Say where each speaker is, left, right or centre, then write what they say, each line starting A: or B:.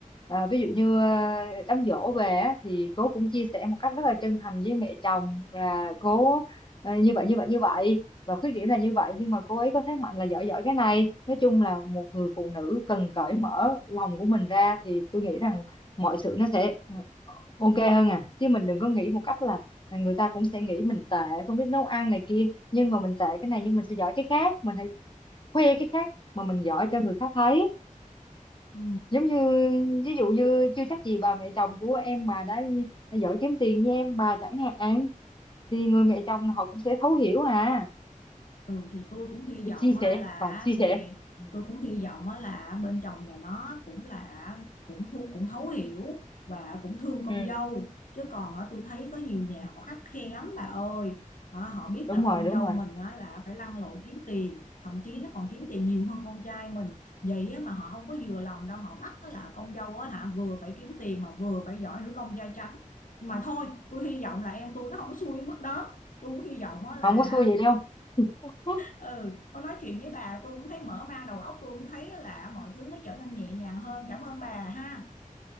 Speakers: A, on the left (about 35°); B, on the left (about 70°).
A: à, ví dụ như à, đám giỗ về á, thì cô cũng chia sẻ một cách rất là chân thành với mẹ chồng là cô à, như vậy như vậy như vậy và khuyết điểm là như vậy nhưng mà cô ấy có thế mạnh là giỏi giỏi cái này nói chung là một người phụ nữ cần cởi mở lòng của mình ra thì tôi nghĩ rằng mọi sự nó sẽ ok hơn à chứ mình đừng có nghĩ một cách là là người ta cũng sẽ nghĩ mình tệ không biết nấu ăn này kia nhưng mà mình tệ cái này nhưng mình sẽ giỏi cái khác mình hãy khoe cái khác mà mình giỏi cho người khác thấy
B: ừ.
A: giống như ví dụ như chưa chắc gì bà mẹ chồng của em mà đã, giỏi kiếm tiền như em bà chẳng hạn thì người mẹ chồng họ cũng sẽ thấu hiểu à
B: Ừ thì tôi cũng hy
A: để
B: vọng
A: chia
B: á,
A: sẻ
B: là
A: và chia
B: mẹ
A: sẻ Ừ,
B: tôi cũng hy vọng á, là bên chồng nhà nó cũng là cũng thu cũng thấu hiểu và cũng thương con
A: ừ
B: dâu chứ còn á, tôi thấy có nhiều nhà họ khắt khe lắm bà ơi Ờ, họ biết
A: đúng
B: là
A: rồi
B: con
A: đúng
B: dâu
A: rồi
B: mình á, là phải lăn lộn kiếm tiền thậm chí nó còn kiếm tiền nhiều hơn con trai mình vậy á, mà họ không có vừa lòng đâu họ bắt á, là con dâu á, hả vừa phải kiếm tiền mà vừa phải giỏi nữ công gia chánh nhưng mà thôi tôi hy vọng là em tôi nó không có xui mất đó tôi cũng hy vọng á, là
A: không có xui vậy đâu <laughs>
B: ừ con nói chuyện với bà tôi cũng thấy mở mang đầu óc tôi cũng thấy là mọi thứ nó trở nên nhẹ nhàng hơn cảm ơn bà ha